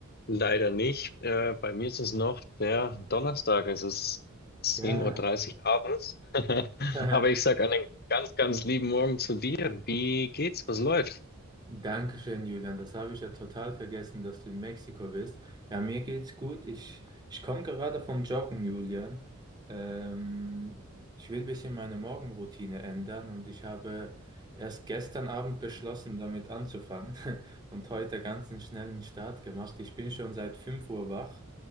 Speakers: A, on the left; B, on the right.
A: leider nicht. Äh, bei mir ist es noch der Donnerstag. Es ist 10.30
B: Ja,
A: Uhr dreißig abends. <laughs>
B: <laughs>
A: Aber ich sag einen ganz, ganz lieben Morgen zu dir. Wie geht's? Was läuft?
B: Dankeschön, Julian. Das habe ich ja total vergessen, dass du in Mexiko bist. Ja, mir geht's gut. Ich, ich komme gerade vom Joggen, Julian. Ähm, ich will ein bisschen meine Morgenroutine ändern und ich habe erst gestern Abend beschlossen, damit anzufangen <laughs> und heute ganz einen schnellen Start gemacht. Ich bin schon seit 5 Uhr wach,